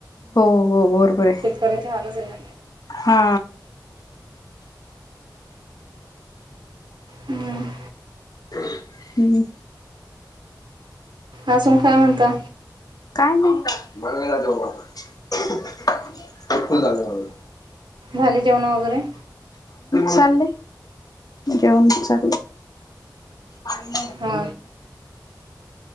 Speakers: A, on the left (about 55°); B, on the right (about 85°).
A: हो हो बरोबर आहे
B: शेतकऱ्याचे हालच आहे ना.
A: हा.
B: हम्म
A: हम्म.
B: अजून काय म्हणता
A: काय नाही. मगवेलाजव बा खु झागग
B: खाली जाऊना वगैरे
A: चाले जेऊन चा. अन.
B: हा